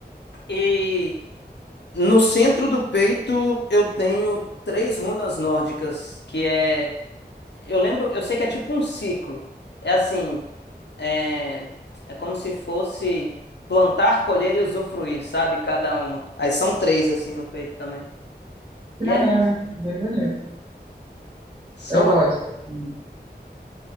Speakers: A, on the left (about 80°); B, on the right (about 25°).
A: E no centro do peito eu tenho três runas nórdicas, que é. Eu lembro, eu sei que é tipo um ciclo. É assim, é, é como se fosse plantar, colher e usufruir, sabe? Cada uma. Aí são três assim no peito também.
B: Que
A: E
B: maneiro.
A: é isso.
B: Bem bonito.
A: São
B: Eu gosto. Assim.